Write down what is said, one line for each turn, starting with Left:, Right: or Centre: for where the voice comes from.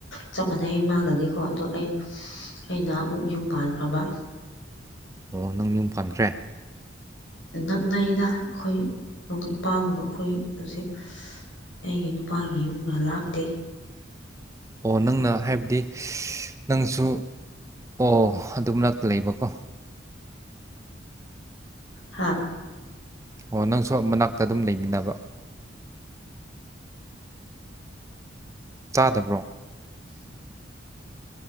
Left: ꯆꯞ ꯃꯥꯟꯅꯩ ꯃꯥꯒꯗꯤꯀꯣ ꯑꯗꯣ ꯑꯩ ꯑꯩꯅ ꯑꯃꯨꯛ ꯌꯨꯝ ꯄꯥꯟꯈ꯭ꯔꯕ
Right: ꯑꯣ ꯅꯪ ꯌꯅꯤꯨꯝ ꯄꯥꯟꯈ꯭ꯔꯦ
Left: ꯅꯛꯅꯩꯗ ꯑꯩꯈꯣꯏ ꯏꯄꯥꯝꯒ ꯑꯩꯈꯣꯏ ꯍꯧꯖꯤꯛ ꯑꯩꯒꯤ ꯅꯨꯄꯥꯒꯤ ꯌꯨꯝꯒ ꯂꯥꯞꯇꯦ
Right: ꯑꯣ ꯅꯪꯅ ꯍꯥꯏꯕꯗꯤ ꯅꯪꯁꯨ ꯑꯣ ꯑꯗꯨꯝꯂꯛꯇ ꯂꯩꯕꯀꯣ
Left: ꯍꯥꯥ
Right: ꯑꯣ ꯅꯪꯁꯨ ꯃꯅꯥꯛꯇ ꯑꯗꯨꯝ ꯂꯩꯃꯤꯟꯅꯕ ꯆꯥꯗꯕ꯭ꯔꯣ